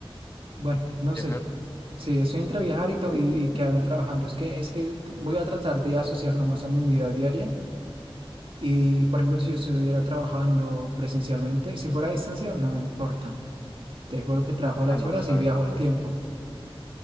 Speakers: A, on the right; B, on the left.
A: bueno, no
B: Viajar.
A: sé. Sí, estoy entre viajar y, to-
B: <laughs>
A: y, y quedarme trabajando. Es que, es que t- voy a tratar de asociarlo más a mi vida diaria. Y, por ejemplo, si yo estuviera trabajando presencialmente, si fuera a distancia, no me importa. Te juro que trabajo las
B: Ah, no,
A: horas
B: claro,
A: y viajo al
B: claro,
A: tiempo.